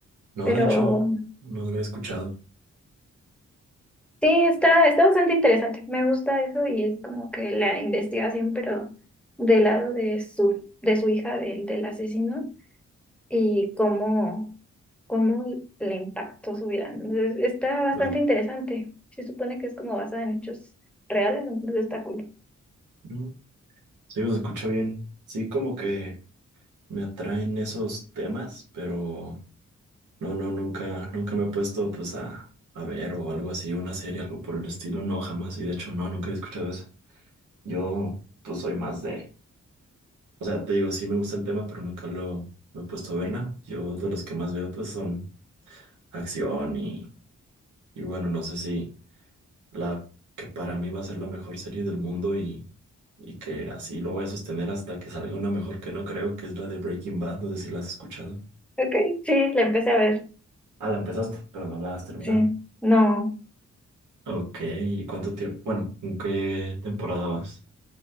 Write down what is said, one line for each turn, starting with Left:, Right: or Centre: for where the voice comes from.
Right: No,
Centre: pero...
Right: de hecho, no lo he escuchado,
Centre: Sí, está, está bastante interesante. Me gusta eso y es como que la investigación, pero del lado de su, de su hija, del, del asesino, y cómo, cómo le impactó su vida. ¿no? Entonces, está bastante
Right: claro.
Centre: interesante. Se supone que es como basada en hechos reales, entonces está cool.
Right: No. Sí, se escucha bien. Sí, como que me atraen esos temas, pero... No, no, nunca, nunca me he puesto pues a, a ver o algo así, una serie, algo por el estilo, no, jamás. Y de hecho, no, nunca he escuchado eso. Yo pues soy más de, o sea, te digo, sí me gusta el tema, pero nunca lo me he puesto a verla. Yo de los que más veo pues son acción y, y bueno, no sé si la que para mí va a ser la mejor serie del mundo y, y que así lo voy a sostener hasta que salga una mejor que no creo, que es la de Breaking Bad, no sé si la has escuchado.
Centre: Ok, sí, la empecé a ver.
Right: Ah, la empezaste, pero no la has terminado.
Centre: Sí, no,
Right: Ok, ¿y ¿cuánto tiempo? Bueno, ¿en qué temporada vas?